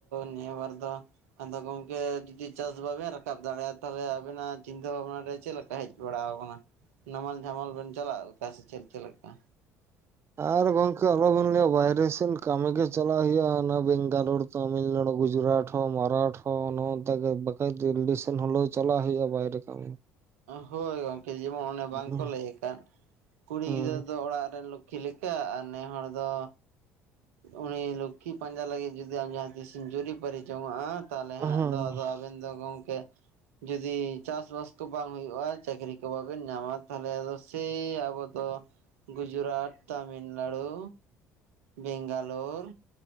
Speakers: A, on the right; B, on the right.
A: ᱱᱤᱭᱟᱹ ᱵᱟᱨ ᱫᱚ ᱟᱫᱚ ᱜᱚᱝᱠᱮ ᱡᱩᱫᱤ ᱪᱟᱥ ᱵᱟᱵᱮᱱ ᱨᱟᱠᱟᱵ ᱫᱟᱲᱮᱭᱟᱜᱼᱟ ᱛᱟᱞᱦᱮ ᱟᱵᱮᱱᱟᱜ ᱪᱤᱱᱛᱟᱹ ᱵᱷᱟᱵᱱᱟ ᱨᱮ ᱪᱮᱫ ᱞᱮᱠᱟ ᱦᱮᱡ ᱵᱟᱲᱟ ᱟᱠᱟᱱᱟ, ᱱᱟᱢᱟᱞ ᱡᱷᱟᱢᱟᱞ ᱵᱮᱱ ᱪᱟᱞᱟᱜ ᱞᱮᱠᱟ ᱥᱮ ᱪᱮᱞ ᱪᱮᱫ ᱞᱮᱠᱟ?
B: ᱟᱨ ᱜᱚᱝᱠᱮ ᱟᱞᱚᱵᱤᱱ ᱞᱮᱭᱟ ᱵᱟᱭᱨᱮ ᱥᱮᱱ ᱠᱟᱹᱢᱤ ᱜᱮ ᱪᱟᱞᱟᱜ ᱦᱩᱭᱩᱜᱼᱟ ᱚᱱᱟ ᱵᱮᱝᱜᱟᱞᱳᱨ ᱛᱟᱢᱤᱞᱱᱟᱲᱩ, ᱜᱩᱡᱨᱟᱴᱷᱚ, ᱢᱟᱨᱟᱴᱷᱚ ᱱᱚᱛᱮ ᱜᱮ ᱵᱟᱠᱷᱟᱡ ᱫᱤᱞᱞᱤ ᱥᱮᱱ ᱦᱳᱞᱳ ᱪᱟᱞᱟᱜ ᱦᱩᱭᱩᱜᱼᱟ ᱵᱟᱭᱨᱮ ᱠᱟᱹᱢᱤ᱾
A: ᱦᱳᱭ ᱜᱚᱝᱠᱮ ᱡᱮᱢᱚᱱ ᱚᱱᱮ ᱵᱟᱝᱠᱚ
B: ᱦᱩᱸ
A: ᱞᱟᱹᱭ ᱠᱟᱫ, ᱠᱩᱲᱤ
B: ᱦᱩᱸ
A: ᱜᱤᱫᱽᱨᱟᱹ ᱫᱚ ᱚᱲᱟᱜ ᱨᱮᱱ ᱞᱚ ᱠᱷᱤ ᱞᱮᱠᱟ ᱟᱨ ᱱᱮ ᱦᱚᱲ ᱫᱚ ᱩᱱᱤ ᱞᱚᱠᱠᱷᱤ ᱯᱟᱸᱡᱟ ᱞᱟᱹᱜᱤᱫ ᱡᱩᱫᱤ ᱟᱢ ᱡᱟᱦᱟᱸ ᱛᱤᱥᱮᱢ ᱡᱩᱨᱤ ᱯᱟᱨᱥᱤ ᱡᱚᱝᱟᱜᱼᱟ ᱛᱟᱦᱚᱞᱮ
B: ᱦᱩᱸ
A: ᱦᱟᱸᱜ ᱟᱫᱚ ᱟᱵᱮᱱ ᱫᱚ ᱜᱚᱝᱠᱮ ᱡᱩᱫᱤ ᱪᱟᱥᱵᱟᱥ ᱛᱩ ᱵᱟᱝ ᱦᱩᱭᱩᱜᱼᱟ ᱪᱟᱹᱠᱨᱤ ᱠᱚ ᱵᱟᱵᱮᱱ ᱧᱟᱢᱟ ᱛᱟᱦᱚᱞᱮ ᱟᱫᱚ ᱥᱮᱭ ᱟᱵᱚ ᱫᱚ ᱜᱩᱡᱽᱨᱟᱴ, ᱛᱟᱢᱤᱞᱱᱟᱲᱩ, ᱵᱮᱝᱜᱟᱞᱳᱨ